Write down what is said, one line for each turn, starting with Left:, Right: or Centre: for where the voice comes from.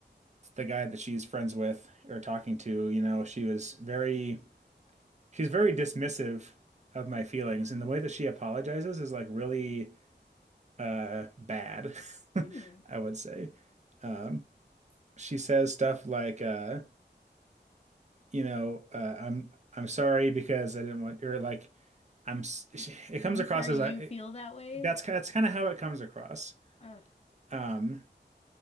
Right: the guy that she's friends with or talking to. You know, she was very she's very dismissive of my feelings, and the way that she apologizes is like really uh, bad, <laughs>
Left: Hmm.
Right: I would say. Um, she says stuff like, uh, you know, uh, I'm I'm sorry because I didn't want or like I'm s- <sighs> it comes
Left: I'm
Right: across
Left: sorry
Right: as
Left: you
Right: I it,
Left: feel that way.
Right: that's ki- that's kind of how it comes across.
Left: Ugh.
Right: Um,